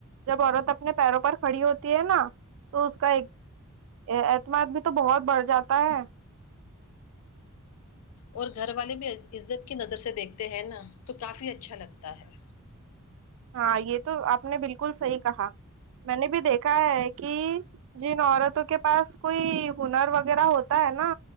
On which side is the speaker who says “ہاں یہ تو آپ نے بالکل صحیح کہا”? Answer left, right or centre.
Right